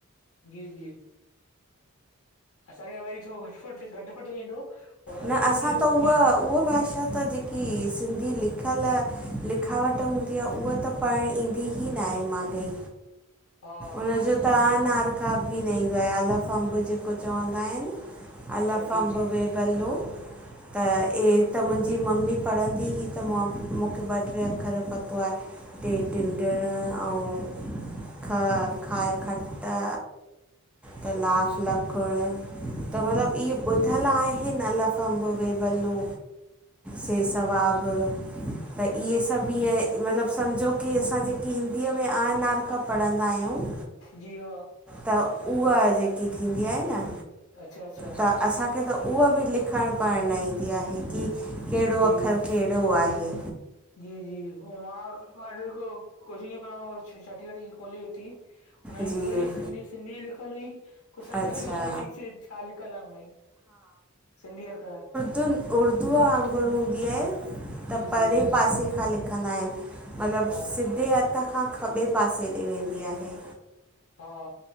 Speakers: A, on the left; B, in the centre.
A: जी जी असांखे वरी थोरो घटि। वटि ईंदो पोइ हुनखे
B: न
A: पूरी
B: असां त उहा उहा भाषा त जेका की सिंधी लिखियल लिखावट हूंदी आहे उहा त पढ़णु ईंदी ई न आहे माॻई।
A: हा
B: उनजो- तव्हां नारका बि न ईंदो आहे अलफंब जेको चवंदा आहिनि अलफ-अंबु,
A: अच्छा जी जी
B: बे-बलो त ए त मुंहिंजी मम्मी पढ़ंदी हुई त मूंखे ॿ टे अखर पतो आहे। टे टिंडणु आउं ख खाए खटअ।
A: अच्छा
B: त लास लखणु त मतलबु इअ ॿुधल आहे। हिन अलफअंबु, बेबलो, सेसवागु। त इहे सभु ईअं मतिलबु सम्झो की असां जेके हिंदीअ में अआनारका पढ़ंदा आहियूं-
A: जीउ।
B: त उहा जेकी थींदी आहे न-
A: अच्छा अच्छा।
B: त असांखे त उहा बि लिखणु पढ़णु न ईंदी आहे की कहिड़ो
A: जी
B: अखरु कहिड़े- ॿियो आहे।
A: जी जी <unintelligible> छठीवठी खोलेॾिठी। हुनमें
B: जी
A: पूरी सिंधी, सिंधी लिखियल हुई। कुझु सम्झाइ
B: अच्छा
A: नपो अचे ची छा लिखियल आहिनि भई, सिंधीअ अखर।
B: त उर्दूअ वांगुरु हूंदी आहे त
A: जी
B: परे
A: जी
B: पासे खां लिखंदा आहिनि। मतिलबु
A: हा
B: सिधे हथ खां, खॿे पासे ॾे वेंदी आहे।
A: हा,